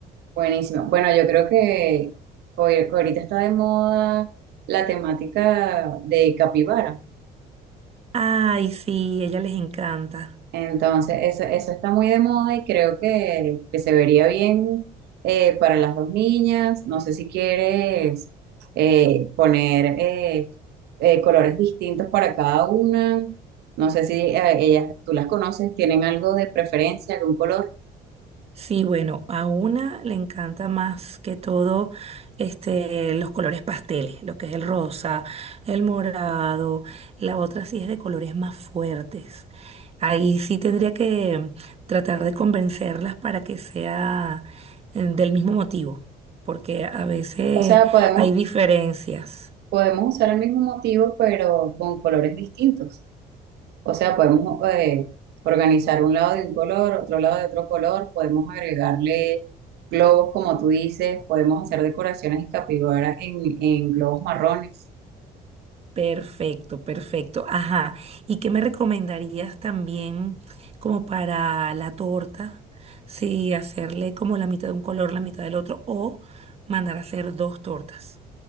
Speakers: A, on the right; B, on the right.
A: buenísimo. Bueno, yo creo que hoy, ahorita está de moda la temática de capibara.
B: Ay, sí, ella les encanta.
A: Entonces, eso, eso está muy de moda y creo que, que se vería bien eh, para las dos niñas. No sé si quieres eh, poner eh, eh, colores distintos para cada una. No sé si eh, ellas, tú las conoces, tienen algo de preferencia, algún color.
B: Sí, bueno, a una le encanta más que todo este, los colores pasteles, lo que es el rosa, el morado. La otra sí es de colores más fuertes. Ahí sí tendría que tratar de convencerlas para que sea eh, del mismo motivo, porque a veces
A: O sea, podemos,
B: hay diferencias.
A: Podemos usar el mismo motivo, pero con colores distintos. O sea, podemos eh, organizar un lado de un color, otro lado de otro color, podemos agregarle globos, como tú dices, podemos hacer decoraciones de capibara en, en globos marrones.
B: Perfecto, perfecto. Ajá. ¿Y qué me recomendarías también como para la torta? Si hacerle como la mitad de un color, la mitad del otro, o mandar a hacer dos tortas.